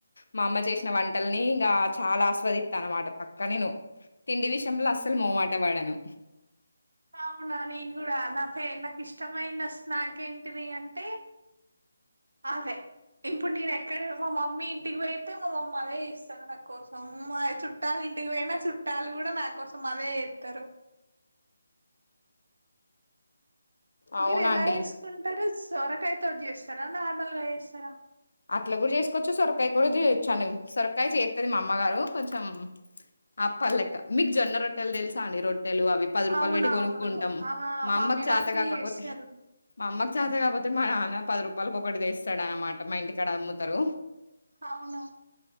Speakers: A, on the left; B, on the right.
A: మా అమ్మ చేసిన వంటల్ని ఇంకా చాలా ఆస్వ దిత అనమాట పక్క నేను తిండి విషయంలో అస్సలు మోమాట వాడాను
B: అవునా నేను కూడా నా ఫ్ నాకు ఇష్టమైన స్నాక్ ఏంటిది అంటే అంతే ఇప్పుడు నేను ఎక్కడ మా మమ్మీ ఇంటికి పోయితే మా మమ్మీ అదే చేస్తది నా కోసం మ చుట్టాల ఇంటికి పోయినా చుట్టాలు కూడా నా కోసం అదే చేతారు
A: అవునండి.
B: మీరు ఎలా వెసుకుంటారు సొరకాయ తోటి చేస్తారా నార్మల్గా చేస్తారా
A: అట్లా కూడా చేసుకోవచ్చు సొరకాయ కూడా చేయొచ్చు అండి సొరకాయ చేస్తది మా అమ్మగారు కొంచెం ఆప్పల్లెక్క మీకు జొన్న రొట్టెలు తెలుసా అండి రొ రొట్టెలు అవి పది రూపాయలు
B: అవునవును
A: పెట్టి కొనుక్కుంటాం
B: ఆ
A: మా
B: మమ్మీ
A: అమ్మకు చాత
B: వాళ్ళు
A: కాకపోతే
B: చేస్తారు
A: మా అమ్మ చత కాకపోతే మా నాన్న పది రూపాయలకు ఒకటి తెస్తాడు అనమాట మా ఇంటికాడ అమ్ముతారు
B: అవును